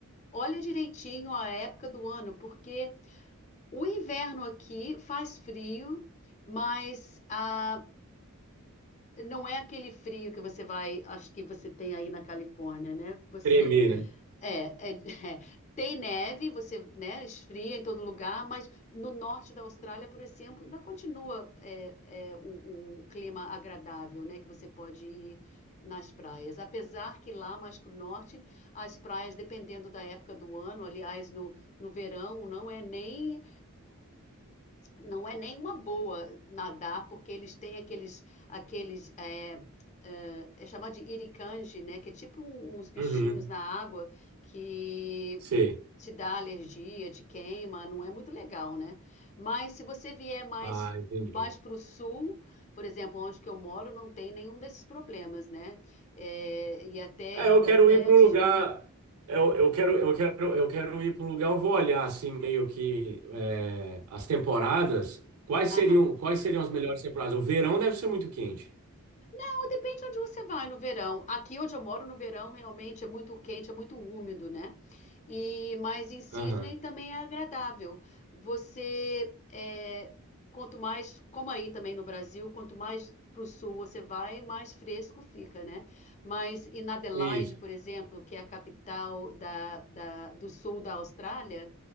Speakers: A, on the left; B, on the right.
A: Olha direitinho a época do ano, porque o inverno aqui faz frio, mas ah, não é aquele frio que você vai, acho que você tem aí na Califórnia, né? Você
B: Tremer, né?
A: é, é, <laughs> é. Tem neve, você, né, esfria em todo lugar, mas no norte da Austrália, por exemplo, ainda continua é, é, um, um clima agradável, né, que você pode ir nas praias. Apesar que lá mais para o norte, as praias, dependendo da época do ano, aliás, no, no verão, não é nem não é nenhuma boa nadar, porque eles têm aqueles, aqueles é, é, é chamado de iricanje, né? Que é tipo um- uns bichinhos
B: Uhum,
A: na água que
B: sei.
A: te dá alergia, te queima, não é muito legal, né? Mas se você vier mais,
B: Ah, entendi.
A: mais para o sul, por exemplo, onde que eu moro, não tem nenhum desses problemas, né? É, e até
B: É, eu
A: indo
B: quero
A: até
B: ir para
A: o
B: um
A: sul.
B: lugar. Eu, eu quero, eu quero, eu quero ir para um lugar. Eu vou olhar assim meio que é, as temporadas. Quais
A: Aham.
B: seriam, quais seriam as melhores temporadas? O verão deve ser muito quente.
A: Não, depende de onde você vai no verão. Aqui onde eu moro no verão realmente é muito quente, é muito úmido, né? E mas em Sydney
B: Aham.
A: também é agradável. Você é, quanto mais, como aí também no Brasil, quanto mais para o sul você vai, mais fresco fica, né? Mas em Adelaide,
B: Isso.
A: por exemplo, que é a capital da, da- do sul da Austrália,